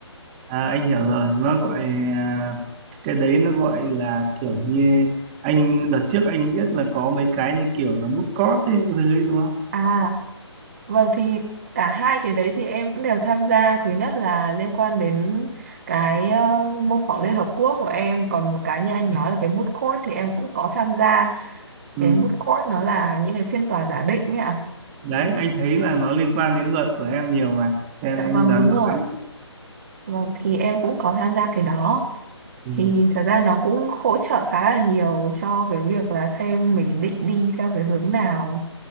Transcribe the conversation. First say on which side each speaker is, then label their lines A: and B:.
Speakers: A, on the right; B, on the right.
A: à, anh hiểu rồi, nó gọi à, cái đấy nó gọi là kiểu như anh đợt trước anh biết là có mấy cái như kiểu là mút cót ấy, cái thứ ấy đúng không?
B: À, Vâng thì cả hai cái đấy thì em cũng đều tham gia. Thứ nhất là liên quan đến cái ờ, mô phỏng Liên Hợp Quốc của em. Còn một cái như anh nói là cái moot court thì em cũng có tham gia.
A: Ừ.
B: Cái moot court nó là những cái phiên tòa giả định ấy ạ.
A: Đấy, anh thấy là nó liên quan đến luật của em nhiều mà, cho nên
B: Dạ
A: anh
B: vâng
A: đoán
B: đúng rồi.
A: đoán.
B: Vâng thì em cũng có tham gia cái đó.
A: Ừ.
B: Thì thật ra nó cũng hỗ trợ khá là nhiều cho cái việc là xem mình định đi theo cái hướng nào